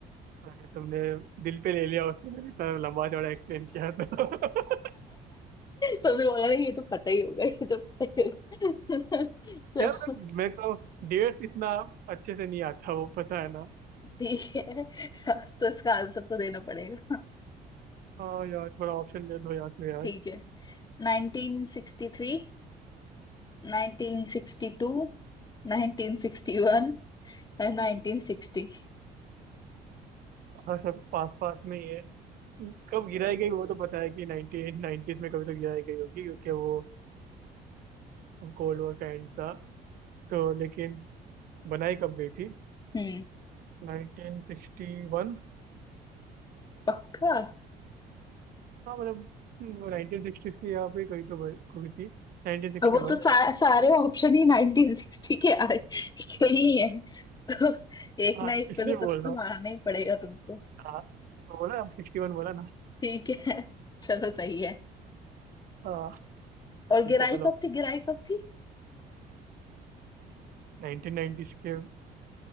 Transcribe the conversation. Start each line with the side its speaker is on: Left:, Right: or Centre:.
Right: अरे, तुमने दिल पे ले लिया उसको मैंने इतना लंबा चौड़ा एक्सप्लेन किया था <laughs>
Left: तुमने बोला ना ये तो पता ही होगा ये तो पता ही होगा <laughs> चलो
Right: यार मतलब मेरे को डेट्स इतना अच्छे से नहीं आता वो पता है ना
Left: ठीक है अब तो इसका आंसर तो देना पड़ेगा
Right: हाँ यार थोड़ा ऑप्शन दे दो यार तो यार
Left: ठीक है 1963 1962 1961 और 1960
Right: हाँ सब पास पास में ही है कब गिराई गई वो तो पता है कि नाइनटीन नाइनटीज में कभी तो गिराई गई होगी क्योंकि वो कोल्ड वॉर का एंड था तो लेकिन बनाई कब गई थी
Left: हम्म
Right: नाइनटीन सिक्सटी वन
Left: पक्का
Right: हाँ मतलब हम्म, वो नाइनटीन सिक्सटीज की यहाँ पे कहीं तो बन- हुई थी नाइनटीन सिक्सटी
Left: अब वो
Right: वन
Left: तो सा, सारे ऑप्शन ही 1960 के आए के ही है तो एक
Right: हाँ
Left: ना एक
Right: इसलिए
Left: पे तो
Right: बोल
Left: तुक्का
Right: रहा हूँ
Left: मारना ही पड़ेगा तुमको
Right: हाँ बोला हम सिक्सटी वन बोला ना
Left: ठीक है <laughs> चलो सही है
Right: हाँ
Left: और
Right: ठीक
Left: गिराई
Right: है चलो
Left: कब थी गिराई कब थी
Right: नाइनटीन नाइनटीज के